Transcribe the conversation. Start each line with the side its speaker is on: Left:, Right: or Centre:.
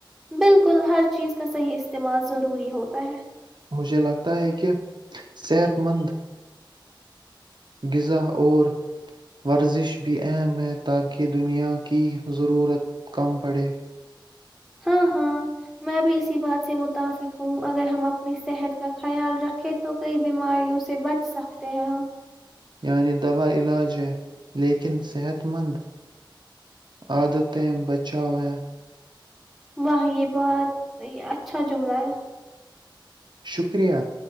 Centre: بالکل ہر چیز کا صحیح استعمال ضروری ہوتا ہے
Right: مجھے لگتا ہے کہ صحت مند غذا اور ورزش بھی اہم ہے تاکہ دنیا کی ضرورت کم پڑے
Centre: ہاں ہاں میں بھی اسی بات سے متفق ہوں اگر ہم اپنی صحت کا خیال رکھے تو کئی بیماریوں سے بچ سکتے ہیں ہم
Right: یعنی دوا علاج ہے لیکن صحت مند عادتیں بچاؤ ہیں
Centre: واہ یہ بہت اچھا جملہ ہے
Right: شکریہ